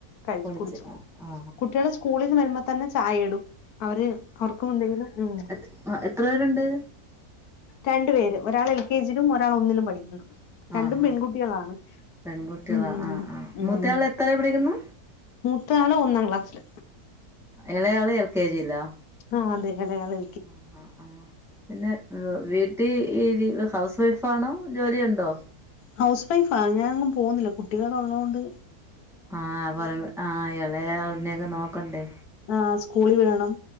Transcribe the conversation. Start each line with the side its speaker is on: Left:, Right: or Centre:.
Left: കഴ
Centre: കുടിച്ച്
Left: കുടിച്ചു
Centre: ആ ആ
Left: കുട്ടികള് സ്കൂളിൽ വരുമ്പോ തന്നെ ചായ ഇടും അവര് അവർക്കും എന്തെങ്കിലും ഉം
Centre: ആഹ് എത്ര പേരുണ്ട്
Left: രണ്ടു പേര് ഒരാൾ എൽ കെ ജയിലും ഒരാൾ ഒന്നിലും പഠിക്കുന്നു രണ്ടും
Centre: ആ ആ
Left: പെൺകുട്ടികളാണ്
Centre: പെൺകുട്ടികളാ
Left: ഉം ഉം
Centre: ആ ആ
Left: ഉം
Centre: മൂത്തയാൾ
Left: ഉം
Centre: എത്രയിലാ പഠിക്കുന്നു
Left: മൂത്താള് ഒന്നാം ക്ലാസില്
Centre: ഇളയാള് എൽ കെ ജി യിലോ
Left: ആഹ് അതെ ഇളെയാളെ
Centre: ആഹ് ആഹ് പിന്നെ വീ വീട്ടി ഈ ഹൗസ് വൈഫാണോ ജോലി ഉണ്ടോ
Left: ഹൗസ് വൈഫാ ഞാനെങ്ങും പോകുന്നില്ല കുട്ടികള് ഉള്ളതോണ്ട്
Centre: ആഹ് പറ ആ എളെ അളിനെക്കെ നോക്കണ്ടേ
Left: ആഹ് സ്കൂളിൽ വിടണം